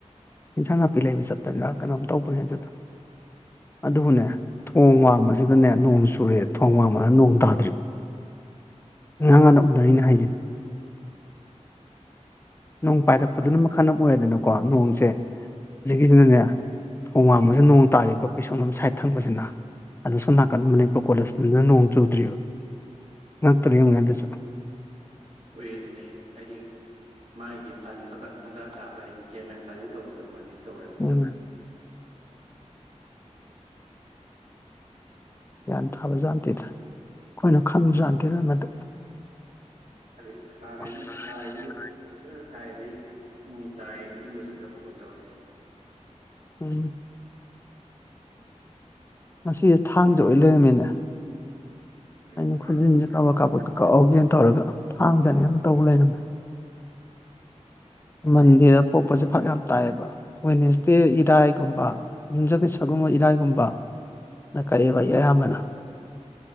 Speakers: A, on the left; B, on the right.
A: ꯏꯟꯁꯥꯡ ꯅꯥꯄꯤ ꯂꯩꯕ ꯆꯄꯅꯤꯅ ꯀꯩꯅꯣꯝ ꯇꯧꯕꯅꯦ ꯑꯗꯨꯗ ꯑꯗꯨꯕꯨꯅꯦ ꯊꯣꯡ ꯋꯥꯡꯕꯁꯤꯗꯅꯦ ꯅꯣꯡ ꯆꯨꯔꯦ ꯊꯣꯡ ꯋꯥꯡꯃꯗ ꯅꯣꯡ ꯇꯥꯗ꯭ꯔꯤꯕ ꯑꯉꯥꯡ ꯉꯥꯟꯅ ꯎꯅꯔꯤꯅꯦ ꯍꯥꯏꯁꯩ ꯅꯣꯡ ꯄꯥꯏꯔꯛꯄꯗꯨꯅ ꯃꯈꯜ ꯑꯃ ꯑꯣꯏꯔꯦꯗꯅꯀꯣ ꯅꯣꯡꯁꯦ ꯍꯧꯛꯀꯤꯁꯤꯅꯅꯦ ꯊꯣꯡ ꯋꯥꯡꯝꯕꯁꯨ ꯅꯣꯡ ꯇꯥꯔꯤꯀꯣ ꯄꯤꯁꯣꯟꯂꯣꯝ ꯁꯥꯏꯠ ꯊꯪꯕꯁꯤꯅ ꯑꯗꯨꯁꯨ ꯅꯥꯀꯟ ꯃꯅꯤꯄꯨꯔ ꯀꯣꯂꯦꯖꯅ ꯅꯣꯡ ꯆꯨꯗ꯭ꯔꯤꯕꯑꯔꯤꯕ ꯉꯛꯇꯔꯤ ꯌꯦꯡꯨꯉꯅꯦ ꯑꯗꯨꯁꯨ
B: ꯍꯣꯏ ꯑꯗꯨꯅꯦ ꯍꯥꯏꯗꯤ ꯃꯥꯒꯤ ꯇꯅꯤꯡꯕ ꯀꯥꯟ ꯃꯖꯥ ꯇꯥꯕ ꯍꯥꯏꯗꯤ ꯒꯦꯝꯃꯦꯟ ꯇꯥꯖꯦꯛ ꯇꯧꯕꯗꯣ ꯑꯗꯨꯃꯥꯏꯅ ꯂꯤ ꯇꯧꯔꯦ ꯍꯧꯖꯤꯛꯀꯥꯟ
A: ꯎꯝ ꯀ ꯊꯕꯖꯥꯟꯇꯦꯗ ꯑꯩꯈꯣꯏꯅ ꯈꯪꯕꯖꯥꯟꯗꯦꯅ ꯃꯗꯨ
B: ꯑꯗꯒꯤ ꯁꯥꯏꯅ
A: ꯑꯁ
B: ꯁꯥꯏꯗꯨꯁꯨ ꯐꯖ ꯁꯥꯏ ꯑꯗꯩ ꯅꯣꯡ ꯇꯥꯔꯦꯅ ꯏꯪꯕꯁꯟꯇꯕ ꯑꯣꯏ ꯇꯧꯔꯤꯁꯦ
A: ꯎꯝ ꯃꯁꯤꯁꯦ ꯊꯥꯡꯁꯦ ꯑꯣꯏꯅ ꯂꯩꯔꯝꯃꯤꯅ <unintelligible>
B: ꯍꯣꯏ
A: ꯑꯩꯅ
B: ꯊꯥꯡꯗꯅꯦ
A: ꯈꯨꯖꯤꯟꯁꯦ ꯀꯥꯕꯛ
B: ꯇꯧꯔꯤꯁꯦ
A: ꯀꯥꯕꯛꯇꯣ ꯀꯛꯍꯧꯒꯦꯅ ꯇꯧꯔꯒ ꯊꯥꯡꯖꯅꯤ ꯌꯥꯝ ꯇꯧꯕ ꯂꯩꯔꯝꯃꯦ ꯃꯟꯗꯦꯗ ꯄꯣꯛꯄꯁꯦ ꯐꯛ ꯌꯥꯝ ꯇꯥꯏꯑꯌꯦꯕ ꯋꯦꯅꯦꯁꯗꯦ ꯏꯔꯥꯏꯒꯨꯝꯕ ꯌꯨꯝꯖꯕꯤꯁꯔꯒꯨꯝꯕ ꯏꯔꯥꯏꯒꯨꯝꯕꯅ ꯀꯛꯑꯦꯕ ꯑꯩ ꯑꯌꯥꯝꯕꯅ